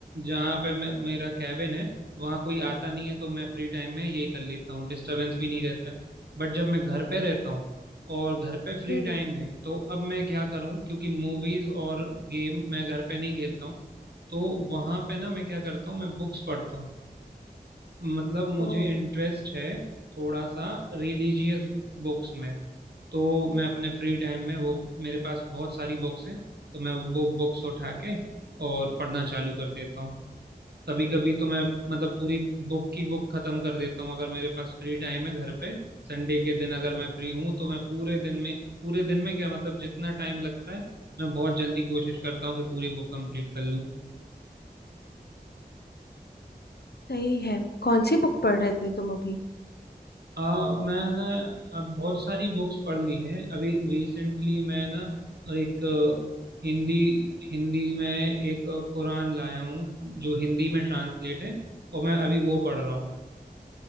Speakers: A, on the right; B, on the left.
A: जहाँ पे मे- मेरा कैबिन है वहाँ कोई आता नहीं है तो मैं फ्री टाइम में ये कर लेता हूँ डिस्टरबेंस भी नहीं रहता बट जब मैं घर पे रहता हूँ और घर पे फ्री
B: हम्म
A: टाइम है तो अब मैं क्या करूं क्योंकि मूवीज और गेम मैं घर पे नहीं खेलता हूं तो वहां पे ना मैं क्या करता हूँ मैं बुक्स पढ़ता हूँ मतलब मुझे
B: ओ
A: इंटरेस्ट है थोड़ा सा रिलीजियस बुक्स में तो मैं अपने फ्री टाइम में वो मेरे पास बहुत सारी बुक्स हैं तो मैं वो बुक्स उठा के और पढ़ना चालू कर देता हूँ कभी कभी तो मैं मतलब पूरी बुक की बुक खत्म कर देता हूँ अगर मेरे पास फ्री टाइम है घर पे संडे के दिन अगर मैं फ्री हूँ तो मैं पूरे दिन में पूरे दिन में क्या मतलब जितना टाइम लगता है मैं बहुत जल्दी कोशिश करता हूँ कि पूरी बुक कंप्लीट कर लूँ
B: सही है कौन सी बुक पढ़ रहे थे तुम अभी
A: आ मैंने अब बहुत सारी बुक्स पढ़ ली हैं अभी रिसेंटली मैं ना एक अ, हिंदी हिंदी में एक अ, कुरान लाया हूँ जो हिंदी में ट्रांसलेट है और मैं अभी वो पढ़ रहा हूँ